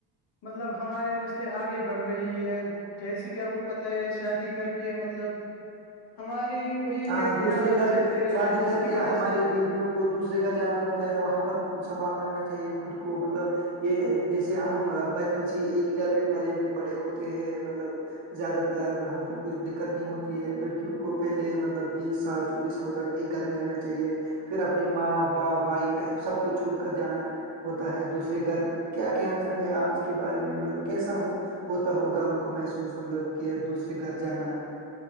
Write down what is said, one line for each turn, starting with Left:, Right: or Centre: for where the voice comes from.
Left: مطلب ہمارے نسلیں آگے بڑھ رہی ہے جیسے کہ آپ کو پت ہے شادی کر کے مطلب ہماری وہی
Right: ہاں
Left: بیٹیاں
Right: دوسرے
Left: بچے
Right: گھر
Left: دے رہے
Right: شادی
Left: ہے جس
Right: کر
Left: کی
Right: کے
Left: وجہ
Right: ہمارے
Left: سے
Right: بیٹیوں کو دوسرے گھر جانا پڑتا ہے وہاں پر بھی سنبھالنا لینا چاہیے خود کو مطلب یہ جیسے ہم بچپن سے ہی ایک ہی گھر میں پلے بڑے ہوتے ہیں مطلب زیادہ تر ہم کو کچھ دقت نہیں ہوتی ہے لڑکیوں کو پہلے م مطلب بیس سال چوبیس سال تک ایک گھر میں رہنا چاہیے پھر اپنے ماں باپ بھائی بہن سب کوچھ چھوڑ کر جانا ہے ہوتا ہے دوسرے گھر کیا کہنا چاہتے ہیں آپ اس کے بارے میں مطلب کیسا ہو ہوتا ہوگا ان کو محسوس مطلب کہ دوسرے گھر جانا